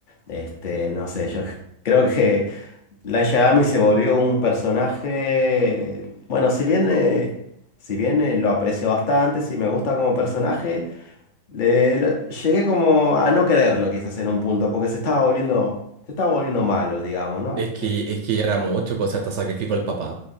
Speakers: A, on the left (about 40°); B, on the right (about 65°).
A: este, no sé, yo <laughs> creo que Light Yagami se volvió un personaje, bueno, si bien, eh, si bien eh, lo aprecio bastante, si me gusta como personaje, le- le- llegué como a no quererlo quizás en un punto, porque se estaba volviendo, se estaba volviendo malo, digamos, ¿no?
B: Es que, es que ya era mucho, pues o sea, hasta sacrificó al papá.